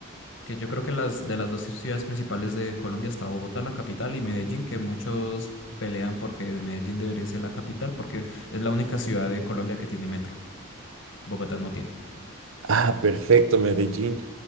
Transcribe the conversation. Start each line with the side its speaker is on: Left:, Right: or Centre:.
Left: que yo creo que las de las dos ciudades principales de Colombia está Bogotá, la capital, y Medellín, que muchos pelean porque de Medellín debería ser la capital, porque es la única ciudad de Colombia que tiene metro. Bogotá no tiene.
Right: Ah, perfecto, Medellín.